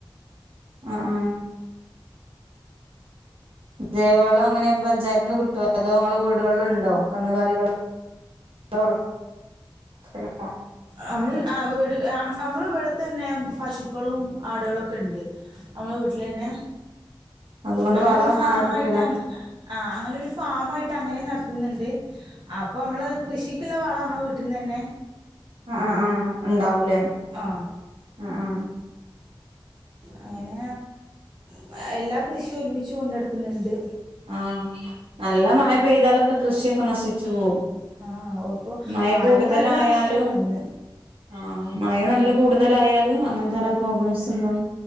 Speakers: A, on the right (about 85°); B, on the right (about 55°).
A: ആ ആ. ജൈവ വളം എങ്ങനെ പഞ്ചായത്ത്ന്ന് കിട്ടോ അതോ ഇങ്ങളെ വീടുകളിൽ ഉണ്ടോ? കന്നുകാലികൾ <unintelligible>
B: നമ്മൾ ആ വീട് അമ്മള ഇവിടെത്തന്നെ പശുക്കളും, ആടുകളൊക്കെണ്ട്. നമ്മളെ വീട്ടിലെന്നെ.
A: അതുകൊണ്ട്
B: അങ്ങനെ
A: വളം
B: ഒരു ഫാമായിട്ട്
A: കിട്ടൂലേ
B: അങ്ങ് ആ അങ്ങനെ ഒരു ഫാമായിട്ട് അങ്ങനെ നട ത്ത്ന്ന്ണ്ട് അപ്പൊ മ്മള് കൃഷി കിലോ വള നമ്മളെ വീട്ടീന്നന്നെ
A: ആ ആ ആ ഉണ്ടാവൂലേ
B: ആ
A: ആ ആ
B: അങ്ങനെ ങ് എല്ലാ കൃഷിയും ഒരുമിച്ച് തിന്ന്ണ്ട്
A: ആഹ് നല്ല മയ പെയ്താലൊക്കെ കൃഷിയൊക്കെ നശിച്ചു പോകും
B: ആഹ് പ്പൊ
A: മഴ
B: വാഴക്ക്
A: കൂടുതലായാലും
B: നല്ല നഷ്ട്ടം വന്ന്
A: ആ മഴ നല്ല കൂടുതലായാലും അങ്ങനത്തോരോ പ്രോബ്ലംസ്ണ്ടാവും